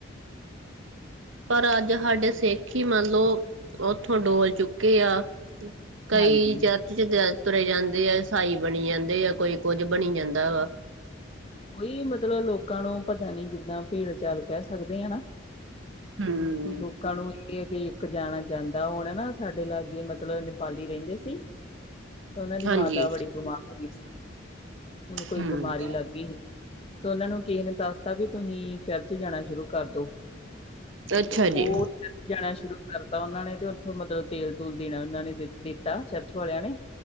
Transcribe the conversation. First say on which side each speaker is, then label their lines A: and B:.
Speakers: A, on the right; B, on the left.
A: ਪਣ ਅੱਜ ਹਾਡੇ ਸਿੱਖ ਈ ਮੰਨਲੋ ਓਥੋ ਡੋਲ ਚੁੱਕੇ ਆ ਕਈ
B: ਹਾਂਜੀ।
A: ਚਰਚ ਚ ਜ ਤੁਰੇ ਜਾਂਦੇ ਆ ਈਸਾਈ ਬਣੀ ਜਾਂਦੇ ਆ ਕੋਈ ਕੁੱਝ ਬਣੀ ਜਾਂਦਾ ਵਾ।
B: ਓਈ ਮਤਲਬ ਲੋਕਾਂ ਨੂੰ ਪਤਾ ਨੀ ਜਿੱਦਾ ਭੇੜ ਚਾਲ ਕੈ ਸਕਦੇ ਆ ਨਾ
A: ਹੂੰ,
B: ਵੀ ਲੋਕਾਂ ਨੂੰ ਕੀਆ ਕੀ ਇੱਕ ਜਾਣਾ ਜਾਂਦਾ ਹੋਨਾ ਨਾ ਸਾਡੇ ਲਾਗੇ ਮਤਲਬ ਨੇਪਾਲੀ ਰੈਂਦੇ ਸੀ ਓਨਾਂ ਦੀ
A: ਹਾਂਜੀ
B: ਮਾਤਾ ਬੜੀ ਬਿਮਾਰ ਹੋਗੀ ਸੀ ਉਨੂੰ ਕੋਈ
A: ਹੂੰ,
B: ਬਿਮਾਰੀ ਲਾਗੀ ਹੀ। ਤਾਂ ਉਨਾਂ ਨੂੰ ਕਿਸੇ ਨੇ ਦੱਸਤਾ ਵੀ ਤੁਸੀਂ ਚਰਚ ਜਾਣਾ ਸ਼ੁਰੂ ਕਰ ਦੋ
A: ਅੱਛਾ
B: ਤੇ
A: ਜੀ
B: ਓ ਜਾਣਾ ਸ਼ੁਰੂ ਕਰਤਾ ਉਨਾਂ ਨੇ ਤੇ ਓਥੋਂ ਮਤਲਬ ਤੇਲ ਤੂਲ ਦੇਣਾ ਉਨਾਂ ਨੇ ਦੀ ਦਿੱਤਾ ਚਰਚ ਵਾਲਿਆਂ ਨੇ